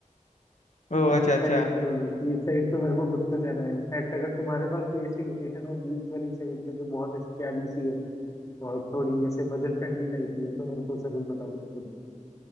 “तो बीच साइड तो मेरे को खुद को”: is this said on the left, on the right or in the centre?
Left